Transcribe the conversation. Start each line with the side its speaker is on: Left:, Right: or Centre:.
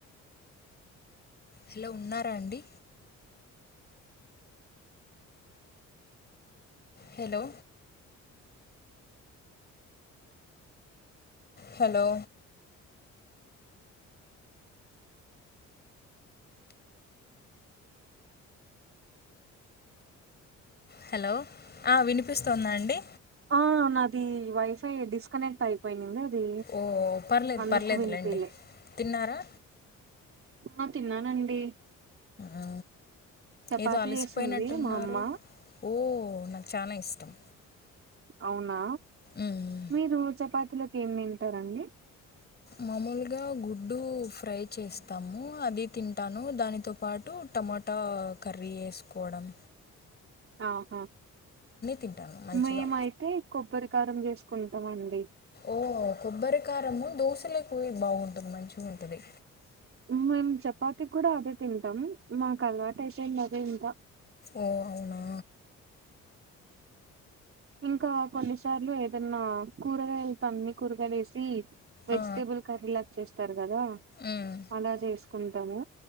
Left: హలో ఉన్నారా అండి హలో హలో హలో ఆ వినిపిస్తుందా అండి
Right: ఆ నాది వైఫై డిస్కనెక్ట్ అయిపోయినింది
Left: ఓ పర్లేదు
Right: అందుకు
Left: పర్లేదులేండి
Right: వినిపిలే
Left: తిన్నారా
Right: ఆ తిన్నానండి
Left: ఆ
Right: చపాతి
Left: ఏదో అలసిపోయినట్టున్నారు
Right: చేసింది మా అమ్మ
Left: ఓ నాకి చానా ఇష్టం
Right: అవునా
Left: మ్మ్.
Right: మీరు చపాతిలోకి ఏం తింటారండి
Left: మామూలుగా గుడ్డు ఫ్రై చేస్తాము అది తింటాను దానితో పాటు టమటా కర్రీ ఏసుకోవడం
Right: ఆహా
Left: తింటాను మంచిగా
Right: మేమైతే కొబ్బరి కారం చేసుకుంటామండి
Left: ఓ కొబ్బరి కారము దోశలకు బాగుంటది మంచిగుంటది
Right: మేము చపాతి కూడా అదే తింటాం మాకు అలవాట అయిపోయింది అదే ఇంక
Left: ఓ అవునా
Right: ఇంకా కొన్నిసార్లు ఏదన్నా కూరగాయలు తమ్మి కూరగాయలు ఏసి వెజిటేబుల్
Left: ఆ
Right: కర్రీలా చేస్తారు కదా
Left: ఉమ్
Right: అలా చేసుకుంటాము